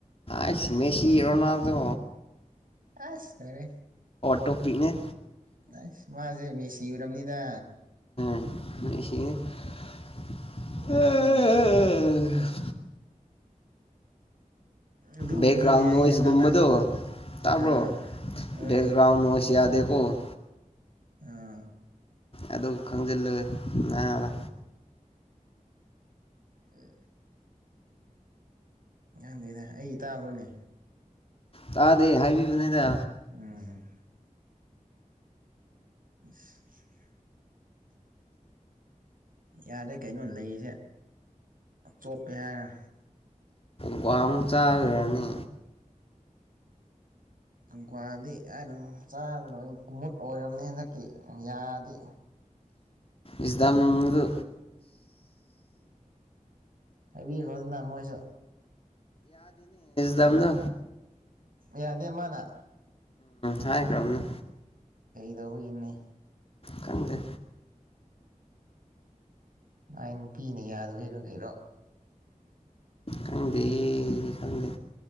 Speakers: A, on the left (about 45°); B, on the right (about 85°).
A: ꯑꯁ ꯃꯦꯁꯤ ꯔꯣꯅꯥꯜꯗꯣ
B: ꯑꯁ ꯂꯣꯏꯔꯦ
A: ꯇꯣꯄꯤꯛꯅꯦ
B: ꯑꯁ ꯃꯥꯁꯦ ꯃꯦꯁꯤ ꯊꯤꯈ꯭ꯔꯕꯅꯤꯗ
A: <inaudible>
B: ꯈꯪꯕ ꯑꯗꯨꯒꯨꯝꯕꯅꯤꯅꯦ
A: ꯕꯦꯛꯒ꯭ꯔꯥꯎꯟ ꯅꯣꯁꯕꯗꯨ
B: ꯑꯩꯅ ꯉꯥꯡꯅ
A: ꯇꯥꯕ꯭ꯔꯣꯒ꯭ꯔꯥꯎꯟ
B: ꯑꯥ ꯍꯣꯏ
A: ꯅꯁ ꯌꯥꯗ ꯑꯣ
B: ꯑ
A: ꯑꯗꯨ ꯈꯪꯖꯤꯜꯂꯨꯦ ꯅꯅꯥꯕ
B: ꯑ ꯉꯪꯗꯣꯏꯅꯦ ꯑꯩ ꯇꯥꯕ꯭ꯔꯣꯅꯦ
A: ꯇꯥꯗꯦ ꯍꯥꯏꯕꯤꯕꯅꯦꯗ
B: ꯎꯝ <inaudible> ꯌꯥꯔꯦ ꯀꯩꯅꯣ ꯂꯩꯁꯦ ꯆꯣꯞꯄꯦ ꯍꯥꯏꯔ
A: ꯀꯣ ꯑꯃꯨ ꯆꯥꯔꯅꯤ
B: ꯒꯗꯤꯗꯅ ꯆꯥꯗꯅ ꯂꯣꯏ ꯀꯨꯝꯃꯨꯠ ꯑꯣꯏꯔꯕꯅꯤ ꯍꯟꯗꯛꯀꯤ ꯌꯥꯗꯤꯦ
A: ꯏꯁꯗꯥꯝꯗꯨ
B: ꯍꯥꯏꯕꯤꯌꯦꯈꯣ ꯑꯗꯨꯅ ꯃꯣꯏꯁꯨ
A: ꯆꯝꯗ
B: ꯌꯥꯗꯦ ꯃꯥꯅ
A: ꯍꯥꯏꯀꯔ꯭ꯥꯝꯃꯦ
B: ꯑꯗꯧ ꯑꯅꯤ
A: ꯀꯒ
B: ꯃꯥꯏ ꯅꯨꯄꯤꯅ ꯌꯥꯗꯕꯩꯔꯣ ꯀꯔꯣ
A: ꯈꯪꯗꯦ ꯈꯪꯗꯦ